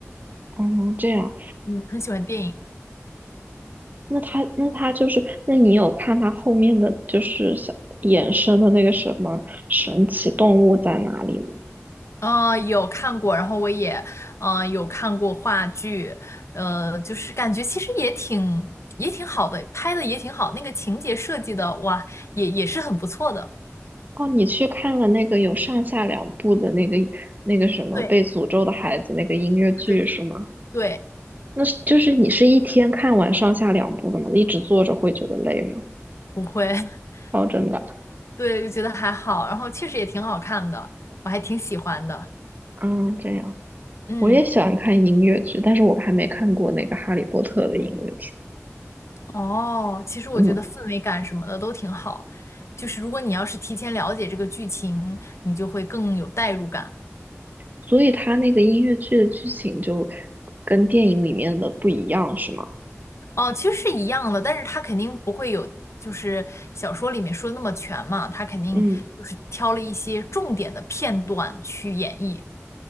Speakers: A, on the right; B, on the left.
A: 欢？哦，这样，
B: 嗯，很喜欢电影。
A: 那他那他就是，那你有看他后面的就是小衍生的那个什么神奇动物在哪里吗？
B: 呃，有看过，然后我也，嗯，有看过话剧，呃，就是感觉其实也挺也挺好的，拍的也挺好，那个情节设计的，哇，也也是很不错的。
A: 哦，你去看了那个有上下两部的那个那个什么被诅咒的孩子那个音乐剧是吗？
B: 对对对对，对，
A: 那是就是你是一天看完上下两部的吗？一直坐着会觉得累吗？
B: 不会，<laughs>
A: 哦，真的，
B: 对，就觉得还好，然后确实也挺好看的，我还挺喜欢的。
A: 嗯，这样。
B: 嗯，
A: 我也喜欢看音乐剧，但是我还没看过那个《哈利波特》的音乐剧。
B: 哦，其实我觉得氛围感什么的都挺好，
A: 嗯，
B: 就是如果你要是提前了解这个剧情，你就会更有代入感。
A: 所以它那个音乐剧的剧情就跟电影里面的不一样，是吗？
B: 哦，其实是一样的，但是他肯定不会有，就是小说里面说的那么全嘛，他肯定就是挑了一些重点的片段去演绎。
A: 嗯，